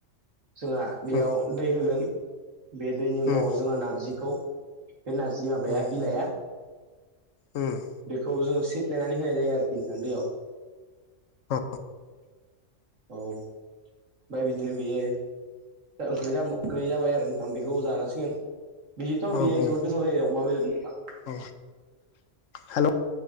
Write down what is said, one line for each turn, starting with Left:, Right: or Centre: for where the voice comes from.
Right: जोंहा बेयाव
Left: उम
Right: दै होगोन बे दैनि उनाव
Left: उम
Right: जोंङहा नारजिखौ बे नार्जि माबाया
Left: उम
Right: बिलाइआ
Left: उम
Right: बेखौ जोङो सिफ्लायनानै होनाय जायो आरोखि नोंथां दैयाव
Left: औ
Right: औ ओमफ्राय बिदिनो बेयो ओ ओंख्रि जाबाय आरो नोंथां बेखौ जानांसिगोन बिदिथ'
Left: औ
Right: बियो
Left: औ
Right: जोबोर गोथाव जायो अमा बेदरजों नोंथां
Left: औ हेल'